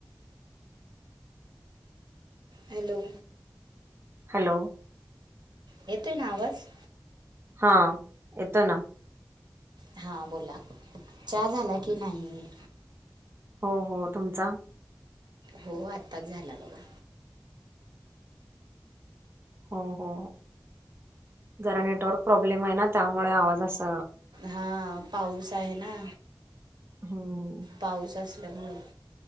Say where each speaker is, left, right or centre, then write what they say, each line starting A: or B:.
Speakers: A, on the right (about 75°); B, on the right (about 30°).
A: हॅलो.
B: हॅलो.
A: येतोय ना आवाज?
B: हा. येतो ना.
A: हा बोला. चहा झाला की नाही?
B: हो हो. तुमचा?
A: हो आत्ताच झाला बघा.
B: हो हो. जरा नेटवर्क प्रॉब्लेम आहे ना? त्यामुळे आवाज अस-
A: हा. पाऊस आहे ना?
B: हम्म.
A: पाऊस असल्यामुळ.